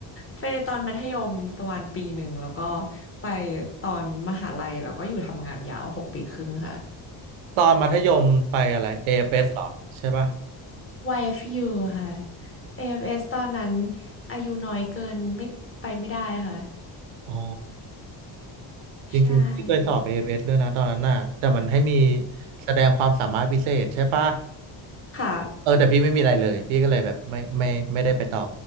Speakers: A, on the left (about 25°); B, on the right (about 80°).
A: ไปตอนมัธยมประมาณปีหนึ่งแล้วก็ไปตอนมหาลัยแล้วก็อยู่ทำงานยาวหกปีครึ่งค่ะ
B: ตอนมัธยมไปอะไร AFS เอฟเอสเหรอ ใช่ป่ะ
A: YFU ค่ะ AFS ตอนนั้นอายุน้อยเกินไม่ไปไม่ได้ค่ะ
B: อ๋อจริงๆพี่เคยสอบ
A: ใช่
B: AFS ด้วยนะตอนนั้นน่ะแต่มันให้มีแสดงความสามารถพิเศษใช่ป่ะ
A: ค่ะ
B: เออแต่พี่ไม่มีอะไรเลยพี่ก็เลยแบบไม่ไม่ไม่ได้ไปต่อ